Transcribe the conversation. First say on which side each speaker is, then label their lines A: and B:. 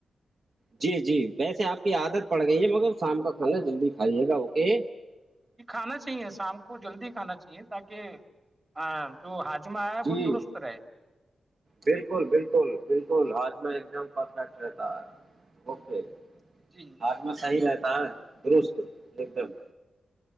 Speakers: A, on the right; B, on the right.
A: جی جی ویسے آپ کی عادت پڑ گئی ہے مگر شام کا کھانا جلدی کھائیے گا اوکے
B: جی کھانا چاہیے شام کو جلدی کھانا چاہیے تاکہ ہاں جو ہاجمہ ہے
A: جی
B: وہ درست رہے
A: بالکل بالکل بالکل آج میں ایک دم پرفیکٹ رہتا ہے اوکے
B: جی
A: آاتم صحیح رہتا ہے درست ایک دم